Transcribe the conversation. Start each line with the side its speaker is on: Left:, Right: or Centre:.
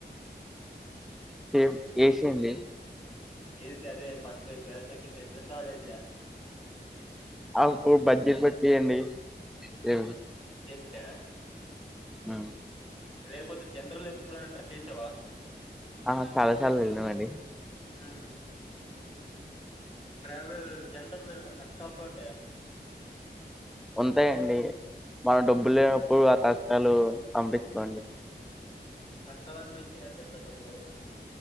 Centre: సేఫ్ ఏసీ అండి
Left: ఏసి అదే ఫర్స్ట్ ఎసి అ సెకండ్ ఎసి అ థర్డ్ ఎసి అ
Centre: ఆ అపుడు బడ్్జెట్ బట్టి అండి ఏ
Left: బట్టా
Centre: అ
Left: లేకపోతే జనరల్ ఎప్పుడైనా ట్రై చేసావా
Centre: ఆ చాలా చాలా వెళ్ళినమ్ అండి
Left: ఆ ట్రావెల్ జనరల్ లొ ఏమైనా కష్టాలు ఉంటాయా
Centre: ఉంటాయంండి మనం డబ్బు లేనప్పుడు ఆ కష్టాలు పంపించుకోండి
Left: కస్త <unintelligible> చలా <unintelligible> అనిపిస్తాయా జెనరేల్లో కూడా